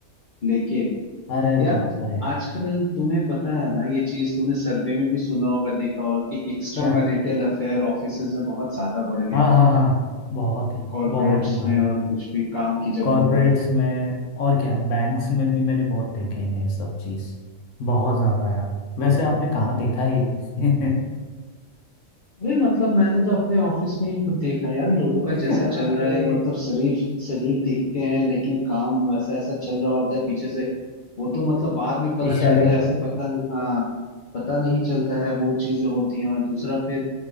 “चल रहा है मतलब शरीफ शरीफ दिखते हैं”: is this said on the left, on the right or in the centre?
Left